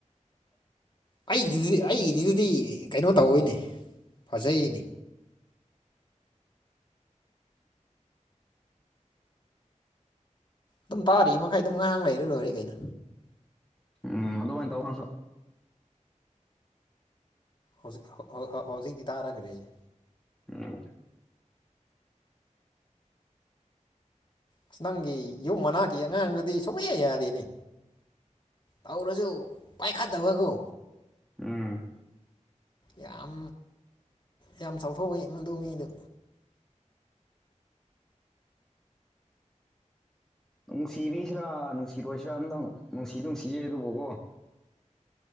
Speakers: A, on the left; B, in the centre.
A: ꯑꯩꯒꯤꯗꯨꯗꯤ ꯑꯩꯒꯤꯗꯤꯗꯨꯗꯤ ꯀꯩꯅꯣ ꯇꯧꯋꯤꯅꯦ ꯐꯖꯩꯅꯦ ꯑꯗꯨꯝ ꯇꯥꯔꯤ ꯃꯈꯩ ꯑꯗꯨꯝ ꯉꯥꯡ ꯂꯩꯔ ꯂꯣꯏꯔ ꯀꯩꯅꯣ
B: ꯎꯝ ꯑꯗꯨꯃꯥꯏꯅ ꯇꯧꯅꯁꯨ
A: ꯍꯧꯖꯤꯛ ꯍꯧꯖꯤꯛꯇꯤ ꯇꯥꯔꯈꯔꯤꯁꯦ
B: ꯎꯝ
A: ꯑꯁ ꯅꯪꯒꯤ ꯌꯨꯝ ꯃꯅꯥꯛꯀꯤ ꯑꯉꯥꯡꯗꯨꯗꯤ ꯁꯨꯡꯌꯥ ꯌꯥꯔꯤꯅꯤ ꯇꯧꯔꯁꯨ ꯄꯥꯏꯈꯠꯇꯕꯀꯣ
B: ꯎꯝ
A: ꯌꯥꯝ ꯌꯥꯝ ꯆꯥꯎꯊꯣꯛ ꯑꯦ ꯃꯗꯨ ꯃꯤꯗꯨ
B: ꯅꯨꯡꯁꯤꯕꯤꯁꯤꯔꯥ ꯅꯨꯡꯁꯤꯔꯣꯏꯁꯤꯔꯥ ꯑꯝꯇꯪ ꯅꯨꯡꯁꯤ ꯅꯨꯡꯁꯤꯌꯦ ꯑꯗꯨꯕꯨꯀꯣ